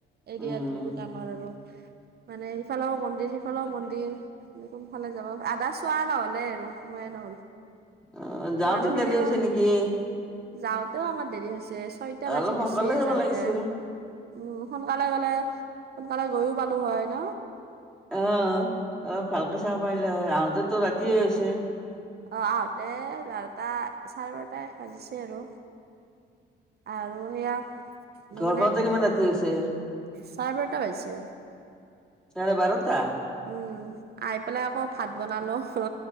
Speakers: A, on the right; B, in the centre.
A: এৰিয়াতো
B: উম
A: বহুত ডাঙৰ আৰু মানে সিফালেও মন্দিৰ সিফালেও মন্দিৰ আপুনি কোনফালে যাব আধা চোৱা নহ'লে আৰু সময়ে নহ'ল।
B: অ যাওঁতে
A: মানুহখিনিও
B: দেৰি হৈছে নেকি
A: যাওঁতেও আমাৰ দেৰি হৈছে ছয়টা
B: অলপ
A: বাজি
B: সোনকালে
A: গৈছে
B: যাব
A: যাওঁতে।
B: লাগিছিল
A: উম সোনকালে গ'লে সোনকালে গৈও পালো হয় ন
B: অহ অ ভালকৈ চাব পাৰিলা হয় আহোতেতো ৰাতিয়ে হৈছে।
A: অ আহোঁতে এঘাৰটা, চাৰে বাৰটাই বাজিছে আৰু। আৰু সেয়া
B: ঘৰ
A: মানে
B: পাওঁতে কিমান ৰাতি হৈছে
A: চাৰে বাৰটা বাজিছে
B: চাৰে বাৰটা
A: উম আহি পেলাই আকৌ ভাত বনালো হু